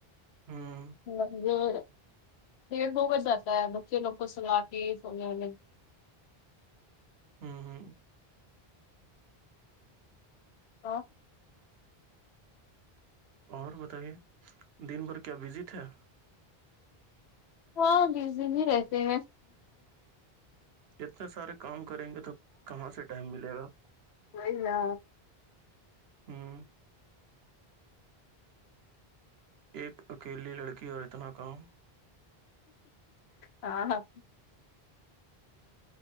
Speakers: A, on the right; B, on the left.
A: ہوں
B: ہاں گوڈ ڈھیٹ دو بج جاتا ہے بچے لوگ سالا کے سونے ونے میں
A: ہاں ہاں
B: آ
A: اور بتائیے دن بھر کیا بزی تھاے
B: ہاں بزی بھی رہتے ہیں
A: اتنے سارے کام کریں گے تو کہاں سے ٹائم ملے گا
B: ہوئی نا
A: ہوں ایک اکیلی لڑکی اور اتنا کام
B: ہاں ہاں